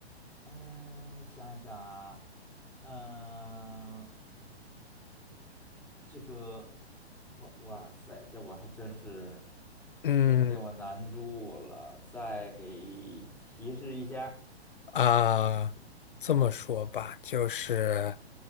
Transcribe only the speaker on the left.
嗯，
啊，这么说吧，就是，